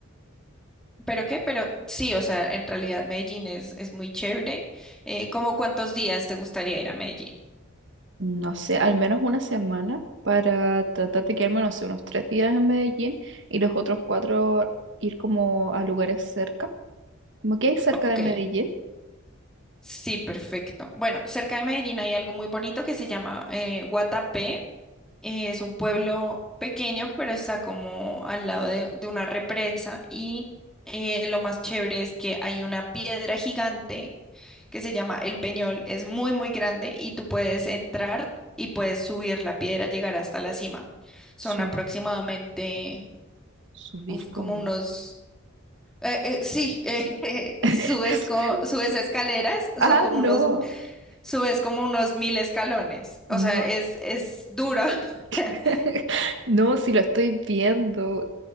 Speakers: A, in the centre; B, on the right.
A: ¿pero qué? Pero sí, o sea, en realidad Medellín es, es muy chévere. Eh, ¿cómo cuántos días te gustaría ir a Medellín?
B: No sé, al menos una semana para tratar de quedarme, no sé, unos tres días en Medellín y los otros cuatro ir como a lugares cerca. Como que hay cerca
A: Ok,
B: de Medellín,
A: Sí, perfecto. Bueno, cerca de Medellín hay algo muy bonito que se llama eh, Guatapé. Eh, es un pueblo pequeño, pero está como al lado de, de una represa y eh, lo más chévere es que hay una piedra gigante que se llama El Peñol. Es muy, muy grande y tú puedes entrar y puedes subir la piedra, llegar hasta la cima. Son
B: Su-
A: aproximadamente,
B: subir
A: uf,
B: como...
A: como unos... eh, eh, sí, eh,
B: <laughs>
A: <laughs> subes, co- subes escaleras,
B: Ah,
A: son como
B: no.
A: unos subes como unos mil escalones. O
B: No,
A: sea, es, es duro, <laughs>
B: <laughs> No, si lo estoy viendo.